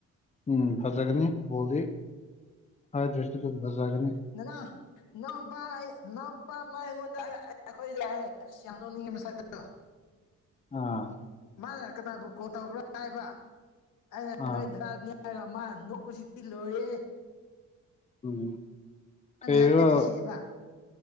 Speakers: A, on the left; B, on the left.
A: ꯎꯝ ꯐꯖꯒꯅꯤ ꯕꯣꯜꯗꯤ ꯍꯥꯏꯗ꯭ꯔꯁꯨ ꯑꯗꯨꯝ ꯐꯖꯒꯅꯤ
B: ꯅꯥꯅꯥꯎ ꯅꯥꯎꯄꯥ ꯑꯩ ꯅꯥꯎꯄꯥ ꯅꯥꯎꯄꯥ ꯑꯩꯉꯣꯟꯗ ꯑꯈꯣꯏꯗ ꯍꯥꯏꯌꯦ ꯌꯥꯝ ꯅꯣꯛꯅꯤꯡꯉꯦ ꯃꯁꯛꯇꯣ
A: ꯑꯥ
B: ꯃꯥꯅ ꯀꯅꯥꯕꯨ ꯀꯣꯜ ꯇꯧꯕ꯭ꯔꯥ ꯍꯥꯏꯕ ꯑꯩꯅ
A: ꯑꯥ
B: ꯅꯣꯏ ꯗꯥꯗꯅꯤ ꯍꯥꯏꯒ ꯃꯥ ꯅꯣꯛꯄꯁꯤꯗꯤ ꯂꯣꯏꯌꯦ
A: ꯎꯝ ꯀꯩꯅꯣ
B: ꯍꯥꯏꯔꯤꯅ ꯁꯤꯅꯦꯕ